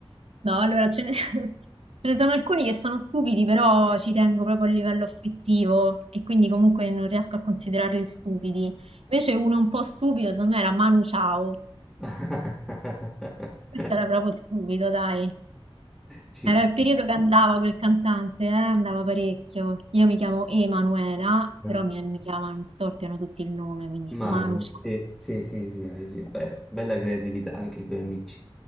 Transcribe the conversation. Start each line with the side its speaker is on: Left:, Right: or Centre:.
Right: No, allora ce ne, <laughs> ce ne sono alcuni che sono stupidi, però ci tengo proprio a livello affettivo e quindi comunque non riesco a considerarli stupidi. Invece uno un po' stupido, secondo me, era Manu Ciao.
Centre: <laughs>
Right: Questo era proprio stupido, dai.
Centre: Ci
Right: Era
Centre: sta.
Right: il periodo che andava quel cantante, eh, andava parecchio. Io mi chiamo Emanuela, però
Centre: eh.
Right: mi, mi chiamano, mi storpiano tutti il nome, quindi
Centre: Manu,
Right: Manu Ciao,
Centre: sì, sì, sì, sì, sì, sì. Beh, bella creatività anche i tuoi amici.